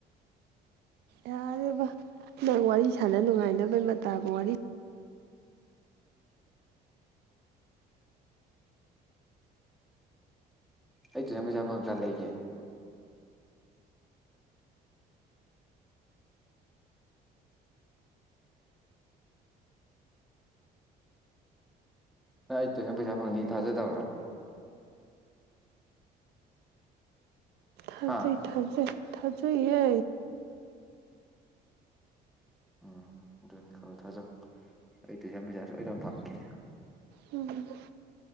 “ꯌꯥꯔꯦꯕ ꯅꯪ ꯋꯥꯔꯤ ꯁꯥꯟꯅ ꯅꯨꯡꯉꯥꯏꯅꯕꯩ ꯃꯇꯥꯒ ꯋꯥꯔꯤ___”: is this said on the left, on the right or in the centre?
Right